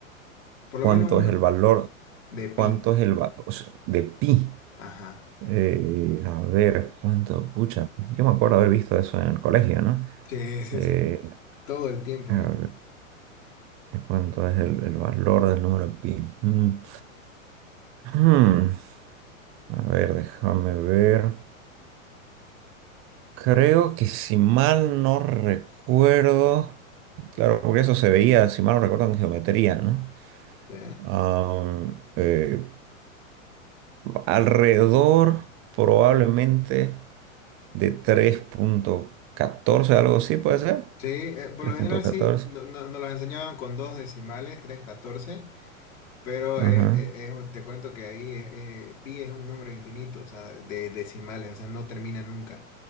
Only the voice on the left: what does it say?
Por lo
menos uno
de pi.
Ajá.
Sí, <laughs> sí,
sí. Todo el tiempo,
¿no?
Sí.
Sí, eh, por
lo general
sí. No- no- nos los enseñaban con dos decimales, tres, catorce. Pero
es, es- es- te cuento que ahí eh, pi es un número infinito, o sea, de decimales, o sea, no termina nunca.